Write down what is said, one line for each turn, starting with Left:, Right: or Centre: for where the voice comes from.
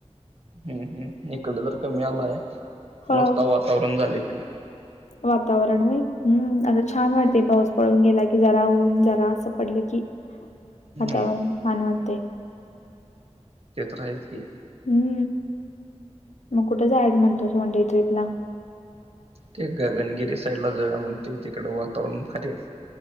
Right: हम्म हम्म इकडं तर कमी आलाय
Left: हा.
Right: मस्त वातावरण झालं इकडे.
Left: वातावरण आहे हम्म असं छान वाटतय पाऊस पळून गेला की जरा ऊन जरा असं पडलं की
Right: हम्म
Left: वातावरण छान वाटते.
Right: ते तर आहेच की.
Left: हम्म मग कुठे जायच म्हणतोसं वनडे ट्रीपला.
Right: ते गगनगिरी साईड ला जाऊ म्हणते तिकडं वातावरण भारी आहे.